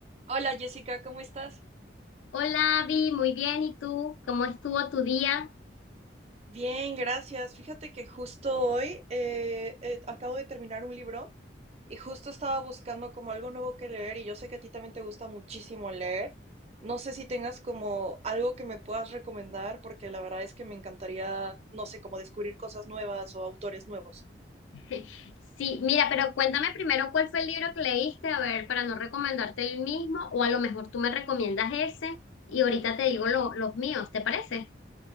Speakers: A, on the right; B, on the left.
A: Hola Jessica, ¿cómo estás?
B: Hola, Vi, muy bien. ¿Y tú? ¿Cómo estuvo tu día?
A: Bien, gracias. Fíjate que justo hoy eh, eh, acabo de terminar un libro y justo estaba buscando como algo nuevo que leer y yo sé que a ti también te gusta muchísimo leer. No sé si tengas como algo que me puedas recomendar porque la verdad es que me encantaría, no sé, como descubrir cosas nuevas o autores nuevos.
B: <laughs> Sí, mira, pero cuéntame primero cuál fue el libro que leíste, a ver, para no recomendarte el mismo, o a lo mejor tú me recomiendas ese y ahorita te digo lo- los míos, ¿te parece?